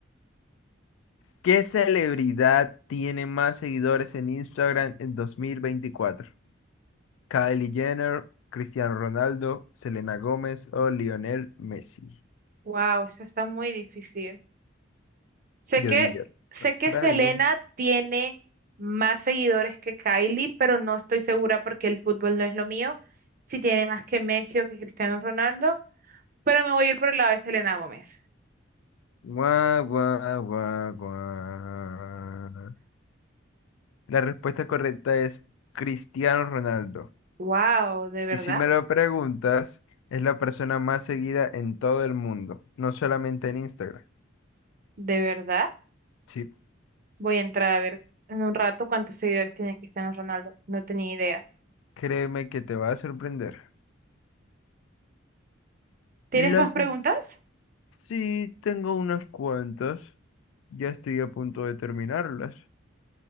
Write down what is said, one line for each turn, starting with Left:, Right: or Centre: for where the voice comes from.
Left: ¿Qué celebridad tiene más seguidores en Instagram en 2024? Kylie Jenner, Cristiano Ronaldo, Selena Gómez o Lionel Messi.
Right: Wow, eso está muy difícil. Sé
Left: Yo
Right: que,
Left: diría
Right: sé
Left: contrario.
Right: que Selena tiene más seguidores que Kylie, pero no estoy segura porque el fútbol no es lo mío. Si tiene más que Messi o que Cristiano Ronaldo, pero me voy a ir por el lado de Selena Gómez.
Left: Guau, guau, guau, guau. La respuesta correcta es Cristiano Ronaldo.
Right: Wow, ¿de verdad?
Left: Y si me lo preguntas, es la persona más seguida en todo el mundo, no solamente en Instagram.
Right: ¿De verdad?
Left: Sí,
Right: Voy a entrar a ver en un rato cuántos seguidores tiene Cristiano Ronaldo. No tenía idea.
Left: créeme que te va a sorprender.
Right: ¿Tienes
Left: Las...
Right: más preguntas?
Left: Sí, tengo unas cuantas. Ya estoy a punto de terminarlas.